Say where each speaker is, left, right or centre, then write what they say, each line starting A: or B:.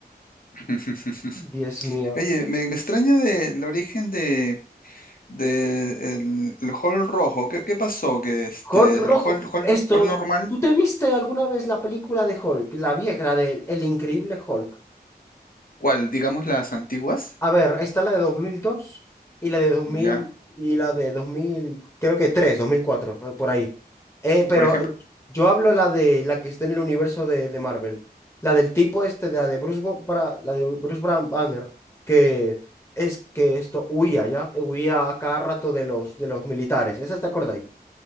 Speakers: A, on the left; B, on the left.
A: <laughs>
B: Dios mío.
A: Oye, me, me extraña del origen de, de el, el hall rojo. ¿Qué, qué pasó? Que este,
B: Hulk rojo.
A: el hall, hall,
B: Esto,
A: hall normal,
B: ¿tú te viste alguna vez la película de Hulk? La vieja, la de El Increíble Hulk.
A: ¿cuál? Digamos las antiguas,
B: A ver, está la de 2002 y la de dos mil
A: ¿ya?
B: y la de 2000, creo que 3, 2004, eh, por ahí. Eh, pero
A: Por ejemplo,
B: eh, yo hablo la de la que está en el universo de, de Marvel, la del tipo este, de la de Bruce, Go- Bra- la de Bruce Bran- Banner, que es que esto huía, ¿ya? Huía a cada rato de los, de los militares. ¿Esa te acordáis?